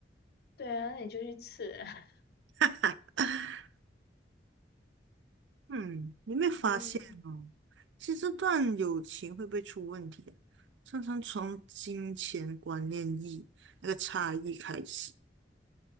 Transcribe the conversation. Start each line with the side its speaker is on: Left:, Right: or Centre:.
Left: 对啊，那你就去吃啊。
Right: 啊 <laughs> 嗯，你有没有发现哦？
Left: <laughs> 嗯
Right: 其实这段友情会不会出问题啊？常常从金钱观念意那个差异开始。